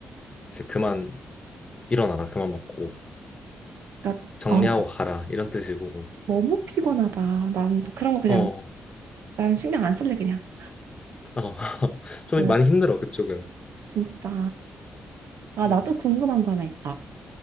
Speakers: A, on the left; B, on the right.
A: 이제 그만 일어나라 그만 먹고
B: 그러니까
A: 정리하고
B: 아,
A: 가라 이런 뜻이고
B: 너무 피곤하다. 난 그런 거 그냥
A: 어, 어.
B: 난 신경 안 쓸래 그냥.
A: <laughs> 좀
B: 어,
A: 많이 힘들어 그쪽은
B: 진짜. 아,
A: 음.
B: 나도 궁금한 거 하나 있다.